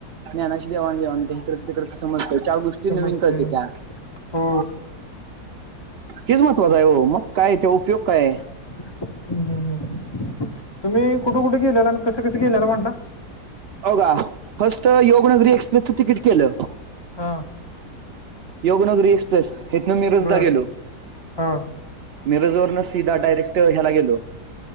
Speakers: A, on the right (about 85°); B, on the left (about 25°).
A: ज्ञानाची देवाणघेवाण होते हिकडंच तिकडचं समजत चार गोष्टी
B: समजते
A: जी नवीन कळत्यात्या.
B: हो
A: तेच महत्त्वाचं आहे हो मग काय? ते उपयोग काय!
B: हम हम् तुम्ही कुठे? कुठे? गेलेला अन कसं कसं गेलेला म्हटला.
A: होका फस्ट योगनगरी एक्सप्रेसचं तिकीट केलं.
B: हा.
A: योगनगरी एक्सप्रेस हेथन रोजदा
B: बर
A: गेलो
B: हा
A: मिरज वरन सिधा डयरेक्टला ह्याला गेलो